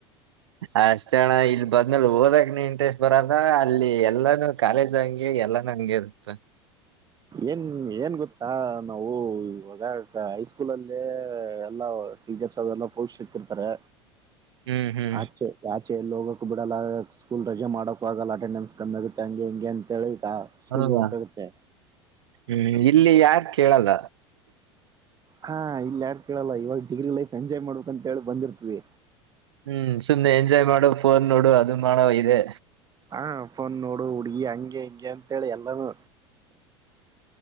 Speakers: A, on the right (about 65°); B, on the right (about 25°).
A: ಅಷ್ಟೇ ಅಣ ಇಲ್ ಬದ್ಮೇಲೆ ಹೋದಕ್ನ ಇಂಟ್ರೆಸ್ಟ್ ಬರದ ಅಲ್ಲಿ ಎಲ್ಲಾನು ಕಾಲೇಜ್ದಾಗ ಏನ್ ಎಲ್ಲಾನ ಹಂಗೆ ಇರುತ್ತ.
B: ಏನ್ ಏನ್ ಗೊತ್ತಾ ನಾವು ಇವಾಗ ಹೈಸ್ಕೂಲಲ್ಲೇ ಎಲ್ಲ ಟೀಚರ್ಸ್ ಅಲ್ಲೆಲ್ಲ ಪೋರ್ ಸಿಕ್ಕಿರ್ತಾರೆ
A: ಹ್ಮ್ ಹ್ಮ್
B: ಆಚೆ ಆಚೆ ಎಲ್ಲೋಗಕ್ ಬಿಡಲ್ಲ ಸ್ಕೂಲ್ ರಜೆ ಮಾಡೋಕೂ ಆಗಲ್ಲ ಅಟೆಂಡೆನ್ಸ್ ಕಮ್ಮಿ ಆಗುತ್ತೆ ಹಂಗೆ ಹೆಂಗೆ ಅಂತ ಹೇಳಿ ಆ ಸ್ಕೂಲ್ಗ್
A: ಅಲ್ವಾ
B: ಹೋಗ್ಬೇಕಾಗುತ್ತೆ.
A: ಹ್ಮ್ ಇಲ್ಲಿ ಯಾರ್ ಕೇಳಲ್ಲ.
B: ಹಾ ಇಲ್ಲ್ ಯಾರ್ ಕೇಳಲ್ಲ ಇವಾಗ್ ಡಿಗ್ರಿ ಲೈಫ್ ಎಂಜಾಯ್ ಮಾಡ್ಬೇಕ್ ಅಂತ ಹೇಳಿ ಬಂದಿರ್ತವಿ.
A: ಹ್ಮ್ ಸುಮ್ನೆ ಎಂಜಾಯ್ ಮಾಡು ಫೋನ್ ನೋಡು ಅದ್ನ್ ಮಾಡು ಇದೇ.
B: ಹಾ ಫೋನ್ ನೋಡು ಹುಡ್ಗಿ ಹಂಗೆ ಹಿಂಗೆ ಅಂತೇಳಿ ಎಲ್ಲಾನು